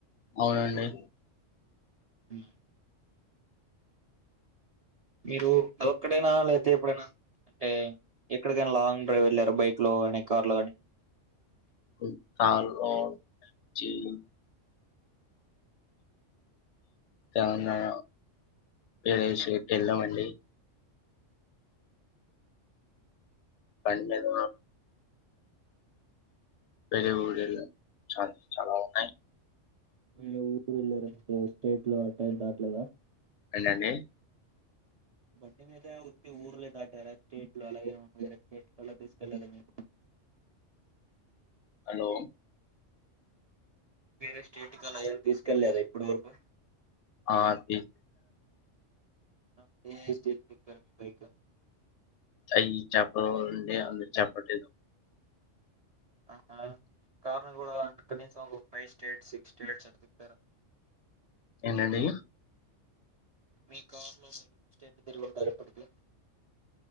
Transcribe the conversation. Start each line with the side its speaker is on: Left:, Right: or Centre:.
Left: అవునండి
Right: హ్మ్మ్ మీరు అద ఒక్కడైనా లేకపోతే ఎప్పుడైనా అంటే ఎక్కడికైనా లాంగ్ డ్రైవ్ వెళ్ళారు బైక్ లో ని కార్ లో గాని
Left: ఉ తాల జీ <unintelligible> తెలంగాణ పరసికి వెళ్ళామండి బండిమీద వేరే ఊరు వెళ్ళాం చాలా చాలా ఉన్నాయి
Right: వేరే ఊరు వెళ్ళార అే స్టేట్ లో అట్ట దావట్లేదా
Left: ఏంటండీ
Right: బండి మీద వట్టి ఊర్లే దాటారా స్టేట్ లో అలాగే స్టేట్ కలా తీసుకెళ్ళదాని
Left: హలో
Right: వేరే స్టేట్ కలాని తీసుకెళ్లే కదా ఇప్పుడు మరకు
Left: ఆ తీ
Right: ఆ ఏస్ అతుప్పార మీ బైకా
Left: అయి చపడుడి అ చపలేదు
Right: ఆహా కార్న్ గూడా కనీసం ఫైవ్ స్టేట్స్ సిక్స్ స్టేట్స్ అంటు తిప్పారా
Left: ఎండేండి
Right: మీ కారులో మీరు స్టేట్ దిరుగుంటారు ఇప్పటికి